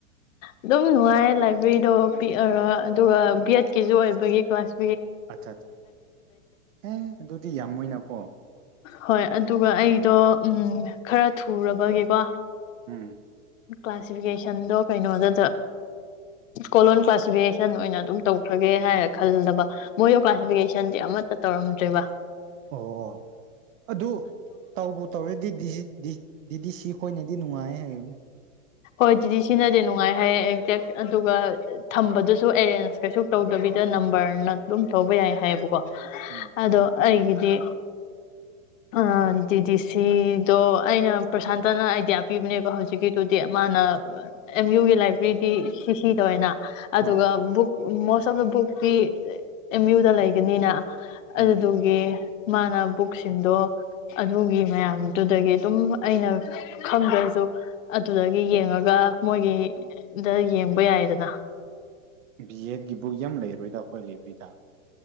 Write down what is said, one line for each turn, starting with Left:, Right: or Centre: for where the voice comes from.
Left: ꯑꯗꯨꯝ ꯅꯨꯡꯉꯥꯏ ꯂꯥꯏꯕ꯭ꯔꯦꯔꯤꯗꯣ ꯄꯤꯛꯑꯒ ꯑꯗꯨꯒ ꯕꯤ ꯑꯦꯠꯀꯤꯁꯨ ꯑꯣꯏꯕꯒꯤ ꯀ꯭ꯂꯥꯁ
Right: ꯑꯠꯆꯥ ꯑꯠ ꯑꯦ ꯑꯗꯨꯗꯤ ꯌꯥꯝꯃꯣꯏꯅꯀꯣ
Left: ꯍꯣꯏ ꯑꯗꯨꯒ ꯑꯩꯗꯣ ꯎꯝ ꯈꯔ ꯊꯨꯔꯕꯒꯤꯀꯣ
Right: ꯎꯝ
Left: ꯀ꯭ꯂꯥꯁꯤꯐꯤꯀꯦꯁꯟꯗꯣ ꯀꯩꯅꯣꯗ ꯀꯣꯂꯂꯣꯟ ꯀ꯭ꯂꯥꯁꯤꯐꯤꯀꯦꯁꯟ ꯑꯣꯏꯅ ꯑꯗꯨꯝ ꯇꯧꯈ꯭ꯔꯒꯦ ꯍꯥꯏꯔ ꯈꯜꯂꯕ ꯃꯣꯏꯗ ꯀ꯭ꯂꯥꯁꯤꯐꯤꯀꯦꯁꯟꯗꯤ ꯑꯃꯠꯇ ꯇꯧꯔꯝꯗꯦ ꯆꯠꯇ꯭ꯔꯦꯕ
Right: ꯑꯣ ꯑꯗꯨ ꯇꯧꯕ ꯇꯧꯔꯦꯗꯤꯗꯤꯗꯤ ꯗꯤ ꯁꯤ ꯈꯣꯏꯅꯗꯤ ꯅꯨꯡꯉꯥꯏ ꯍꯥꯏꯕꯅꯦ
Left: ꯍꯣꯏ ꯗꯤꯗꯤꯁꯤꯅꯗꯤ ꯅꯨꯡꯉꯥꯏ ꯍꯥꯏꯌꯦ ꯑꯦꯛꯖꯦꯛ ꯑꯗꯨꯒ ꯊꯝꯕꯗꯨꯁꯨ ꯑꯦꯔꯦꯟꯖ ꯀꯩꯁꯨ ꯇꯧꯗꯕꯤꯗ ꯅꯝꯕꯔꯅ ꯑꯗꯨꯝ ꯇꯧꯕ ꯌꯥꯏ ꯍꯥꯏꯌꯦꯕꯀꯣ
Right: ꯎꯝ
Left: ꯑꯗꯣ ꯑꯩꯒꯤꯗꯤ ꯑ ꯗꯤꯗꯤ ꯁꯤꯗꯣ ꯑꯩꯅ ꯄ꯭ꯔꯁꯥꯟꯇꯅ ꯑꯥꯏꯗꯤꯌꯥ ꯄꯤꯕꯅꯦꯕ ꯍꯧꯖꯤꯛꯀꯤꯗꯨꯗꯤ ꯃꯥꯅ ꯑꯦꯝ ꯌꯨꯒꯤ ꯂꯥꯏꯕ꯭ꯔꯦꯔꯤꯗꯤ ꯁꯤ ꯁꯤ ꯇꯧꯋꯦꯅ ꯑꯗꯨꯒ
Right: ꯑꯥ
Left: book most of the book ꯤ ꯑꯦꯝ ꯌꯨꯗ ꯂꯩꯒꯅꯤꯅ
Right: ꯎꯝ
Left: ꯑꯗꯨꯗꯒꯦ ꯃꯥꯅ ꯕꯨꯛꯁꯤꯡꯗꯣ ꯑꯗꯨꯒꯤ ꯃꯌꯥꯝꯗꯨꯗꯒꯤ ꯑꯗꯨꯝ ꯑꯩꯅ ꯈꯪꯗ꯭ꯔꯁꯨ ꯑꯗꯨꯗꯒꯤ ꯌꯦꯡꯉꯒ ꯃꯣꯏꯒꯤꯗ ꯌꯦꯡꯕ ꯌꯥꯏꯗꯅ
Right: ꯕꯤ ꯑꯦꯠ ꯕꯨ ꯌ ꯂꯩꯔꯔꯣꯏꯗ ꯑꯩꯈꯣꯏ ꯂꯩꯕꯔꯤꯗ